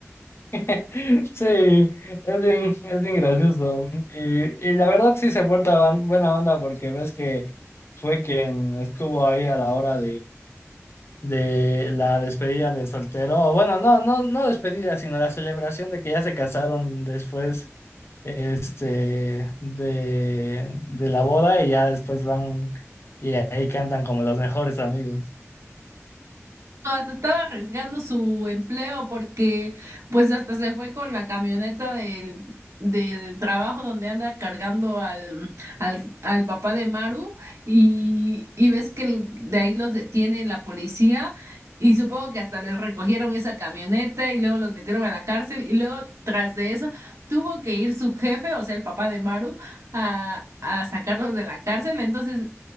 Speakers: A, on the left (about 55°); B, on the right (about 75°).
A: <laughs> Sí, es bien, es bien gracioso. Y, y la verdad sí se porta ban- buena onda porque ves que fue quien estuvo ahí a la hora de la despedida de soltero, o bueno, no, no, no despedida, sino la celebración de que ya se casaron después, este, de, de la boda y ya después van y ahí cantan como los mejores amigos.
B: hasta estaba arriesgando su empleo porque pues hasta se fue con la camioneta del, del trabajo donde anda cargando al, al, al papá de Maru y, y ves que el- de ahí los detiene la policía y supongo que hasta les recogieron esa camioneta y luego los metieron a la cárcel y luego tras de eso tuvo que ir su jefe, o sea el papá de Maru, a, a sacarlos de la cárcel, entonces